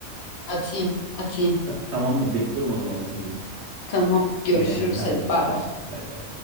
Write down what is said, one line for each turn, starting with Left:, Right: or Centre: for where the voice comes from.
Left: Atayım, atayım.
Right: Ta- tamamdır. Bekliyorum o zaman mesajını.
Left: Tamam, görüşürüz.
Right: Tamamdır. Haydi
Left: Hadi
Right: görüşürüz.
Left: bay bay.
Right: Bay bay.